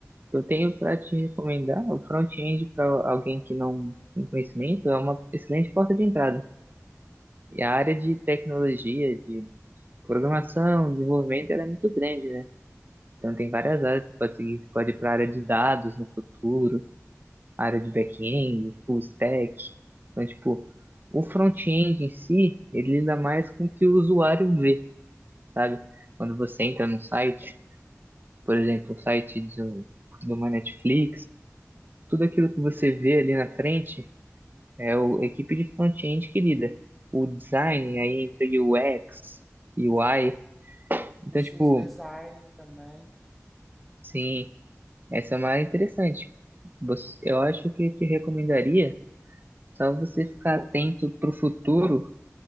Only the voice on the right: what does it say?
Eu tenho para te recomendar o front-end para alguém que não tem conhecimento, é uma excelente porta de entrada. E a área de tecnologia, de programação, desenvolvimento, ela é muito grande, né? Então tem várias áreas que você pode seguir, você pode ir para a área de dados no futuro, área de back-end, full stack. Então, tipo, o front-end em si, ele lida mais com o que o usuário vê, sabe? Quando você entra num site, por exemplo, o site de, um- de uma Netflix, tudo aquilo que você vê ali na frente é o, a equipe de front-end que lida. O design aí entre o UX e o UI. Então,
tipo,
sim, essa é uma área interessante. Você- eu acho que eu te recomendaria só você ficar atento para o futuro